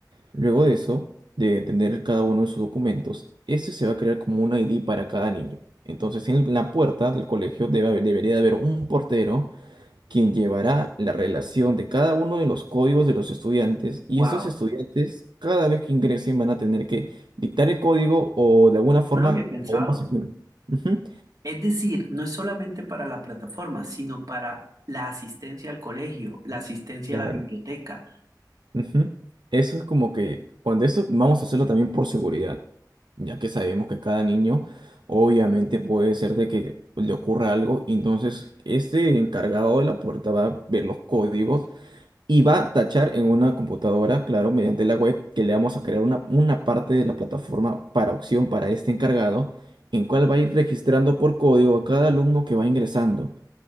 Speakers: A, on the right (about 85°); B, on the right (about 55°).
A: Luego de eso, de tener cada uno de sus documentos, este se va a crear como un ID para cada niño. Entonces, en la puerta del colegio debe haber- debería de haber un portero quien llevará la relación de cada uno de los códigos de los estudiantes y
B: Wow,
A: estos estudiantes cada vez que ingresen van a tener que dictar el código o de alguna forma
B: no lo había pensado.
A: podemos implemen- Ujú,
B: Es decir, no es solamente para la plataforma, sino para la asistencia al colegio, la asistencia
A: Claro.
B: a la biblioteca,
A: ujú. Eso es como que cuando esto vamos a hacerlo también por seguridad, ya que sabemos que cada niño obviamente puede ser de que le ocurra algo, entonces este encargado de la puerta va a ver los códigos y va a tachar en una computadora, claro, mediante la web, que le vamos a crear una, una parte de la plataforma para opción para este encargado, en cual va a ir registrando por código a cada alumno que va ingresando.